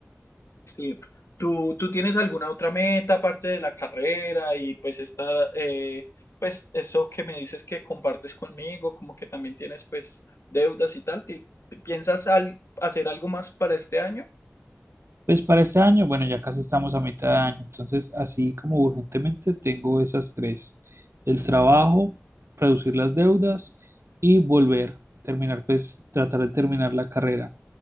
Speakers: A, on the left; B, on the right.
A: Sí. ¿Tú, tú tienes alguna otra meta aparte de la carrera y pues esta, eh, pues eso que me dices que compartes conmigo, como que también tienes pues deudas y tal? ¿Ti- ¿Piensas al- hacer algo más para este año?
B: Pues para este año, bueno, ya casi estamos a mitad de año, entonces así como urgentemente tengo esas tres. El trabajo, reducir las deudas y volver, terminar, pues tratar de terminar la carrera.